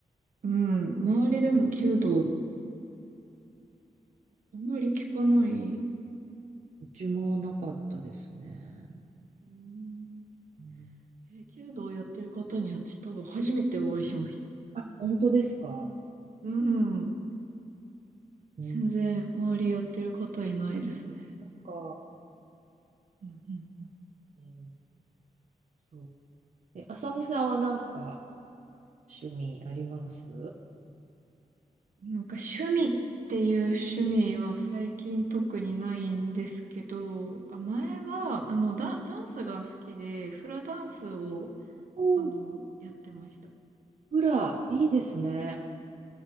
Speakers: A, on the right (about 80°); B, on the right (about 60°).
A: うん、周りでも弓道、あんまり聞かない。
B: うちもなかったですね。
A: うん、
B: うん。
A: えー、弓道やってる方に、私多分初めてお会いしました。
B: あ、本当ですか
A: うん。全然周りやってる方いないですね。
B: うんか。
A: うんうん
B: うんそう。え、あさみさんはなんか趣味あります
A: うん。なんか趣味っていう趣味は最近特にないんですけど、あ、前は、あの、ダ、ダンスが好きで、フラダンスを、
B: お
A: あの、やってました。
B: フラ、いいですね。